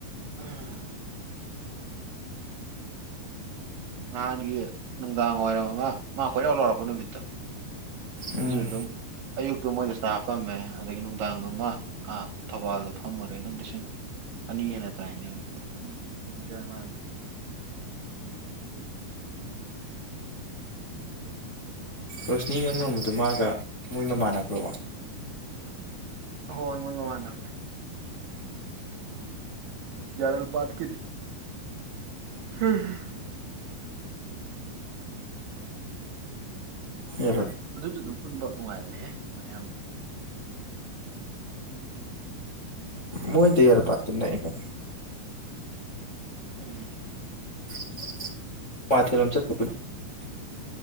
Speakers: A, on the right; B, on the left.
A: ꯎꯝ ꯅꯍꯥꯟꯒꯤ ꯅꯨꯡꯗꯥꯡ ꯋꯥꯏꯔꯝ ꯑꯃ ꯃꯥ ꯈꯣꯏꯔꯥꯎ ꯂꯥꯎꯔꯛꯄ ꯅꯨꯃꯤꯠꯇꯣ ꯑꯗꯨꯖꯨ
B: ꯎꯝ
A: ꯑꯗꯨꯝ ꯑꯌꯨꯛꯇꯨ ꯃꯣꯏꯗ ꯆꯥꯛ ꯍꯥꯞꯄꯝꯃꯦ ꯑꯗꯒꯤ ꯅꯨꯡꯗꯥꯡꯗꯨꯃ ꯊꯧꯕꯥꯜꯗ ꯐꯝꯃꯨꯔꯦ ꯑꯗꯨꯝ ꯂꯤꯁꯤꯡ ꯑꯅꯤ ꯍꯦꯟꯅ ꯇꯥꯏꯅꯦꯕ ꯑꯗꯨꯝ
B: ꯔꯣꯁꯅꯤ ꯈꯪꯅꯔꯝꯕꯗꯣ ꯃꯥꯒ ꯃꯣꯏ ꯃꯃꯥꯟꯅꯕ꯭ꯔꯣ
A: ꯍꯣꯏ ꯃꯣꯏ ꯃꯃꯥꯟꯅꯅꯦ ꯌꯥꯔꯦꯜ ꯄꯥꯠꯀꯤꯅꯤ <unintelligible>
B: ꯌꯥꯔꯜ
A: ꯑꯗꯨꯁꯨ ꯑꯗꯨꯝ ꯄꯨꯟꯕ ꯅꯨꯡꯉꯥꯏꯕꯅꯦꯍꯦ ꯐꯥꯅꯌꯥꯝꯅ
B: ꯃꯣꯏꯗꯩ ꯌꯥꯔꯜ ꯄꯥꯠꯇꯣ ꯅꯛꯑꯦ
A: ꯎꯝ
B: <unintelligible>